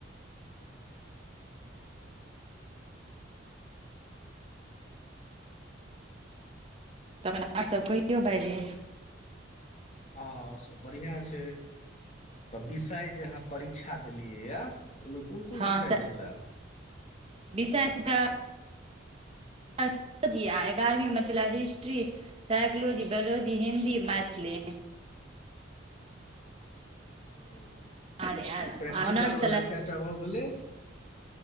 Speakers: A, on the right (about 30°); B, on the left (about 35°).
A: तखन आर सब कहियो भायजी।
B: हँ आओर सभ बढ़िआँ छै तऽ विषय जेहाँ परीक्षा देलियै यए। ओहिमे कोन कोन
A: हँ
B: विषय छलए
A: विषय तऽ। लजी आ एगारहवींमे चला history psychology biology Hindi Maithili.
B: हँ।
A: आर आर
B: आ प्रैक्टिकल
A: ऑनर्स
B: वला कै टा भऽ गेलै। ह।